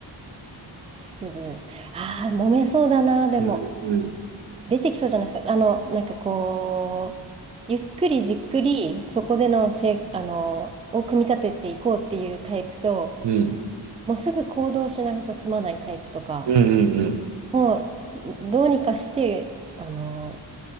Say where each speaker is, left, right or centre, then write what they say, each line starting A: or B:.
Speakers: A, on the right; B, on the right.
A: すぐ、ああ、揉めそうだな、でも。
B: うんうん
A: 出てきそうじゃないですか。あの、なんかこう、ゆっくりじっくり、そこでのせ、あの、を組み立てていこうっていうタイプと、
B: うん。
A: もうすぐ行動しないと済まないタイプとか、
B: うんうんうん。
A: もう、どうにかして、あの、